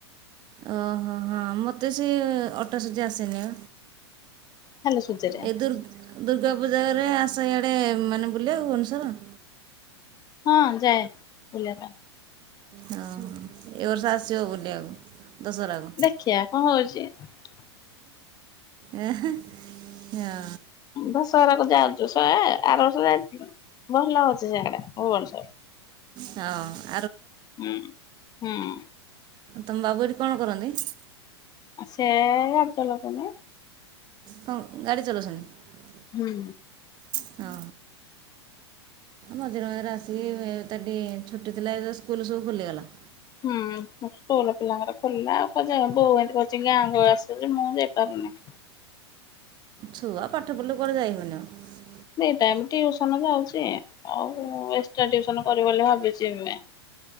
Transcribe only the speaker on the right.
ଓହୋ ହଁ ମୋତେ ସେ ଅଟା ସୁଜି ଆସେନି।
ଏଇ ଦୁର୍ ଦୁର୍ଗା ପୂଜାରେ ଆସଆଡେ ମାନେ ବୁଲିବା ଭୁବନେଶ୍ୱର।
ହଁ ଏ ବର୍ଷ ଆଶିବ ବୁଲିବାକୁ ଦଶହରାକୁ
ଏ ହେଁ ହଁ।
ହଁ‌।
ତମ ବାବୁ ଏଠି କଣ କରନ୍ତି?
ହଁ ଗାଡି ଚଲଉଛନ୍ତି।
ହଁ ମଝିରେ ମଝିରେ ଆସିକି ଏ ଟ ଛୁଟି ଥିଲା ଏ ସ୍କୁଲ ସବୁ ଖୋଲିଗଲା।
ଛୁଆ ପାଠ ପଢ଼ିଲେ, କୁଆଡେ ଯାଇହବନି ଆଉ।